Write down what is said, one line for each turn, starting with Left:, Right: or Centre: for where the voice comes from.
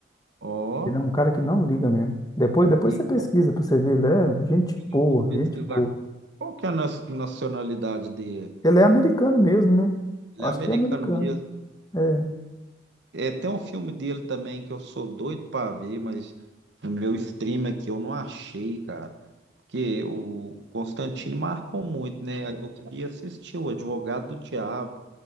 Right: Ó,
Left: Ele é um cara que não liga mesmo. Depois, depois
Right: e
Left: você pesquisa
Right: qual
Left: pra você ver, ele é gente
Right: coisa
Left: boa,
Right: eu vou pesquisar?
Left: gente boa.
Right: Qual que é a na- nacionalidade dele?
Left: Ele é americano mesmo, né?
Right: Ele
Left: Acho
Right: é americano
Left: que é americano.
Right: mesmo.
Left: É,
Right: É, tem um filme dele também que eu sou doido pra ver, mas no meu stream aqui eu não achei, cara. que o Constantino marcou muito, né? Aí Eu queria assistir o Advogado do Diabo,